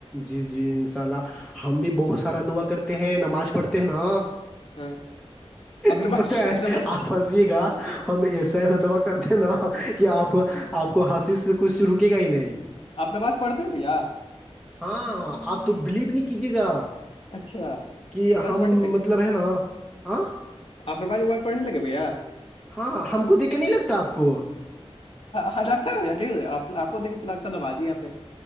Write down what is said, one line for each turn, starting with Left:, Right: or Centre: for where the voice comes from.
Centre: جی جی انشاء اللہ ہم بھی بہت سارا دعا کرتے ہیں نماز پڑھتے ہیں نا
Left: ہاں اپنے
Centre: تو
Left: پاس
Centre: پت ہےپ
Left: مطلب
Centre: پھنسیے گا ہم ایسا ایسا دبا کرتے نا کہ آپ آپ کو ہسیس کچھ رکے گا ہی نہیں
Left: اپنے پاس پڑتے ہیں بھیا
Centre: ہاں آپ تو بلیو نہیں کیجیے گا
Left: اچھا اپنے
Centre: کہ
Left: پاس
Centre: ہم
Left: پڑھنے
Centre: مطلب ہے نا آ
Left: اپپنےواز ووازڑھنے لگے ا
Centre: ہاں ہم کو دیکھ کے نہیں لگتا آپ کو
Left: ہگتا ہے آ آپ کو دیکے پ لگتا دبادیا پہ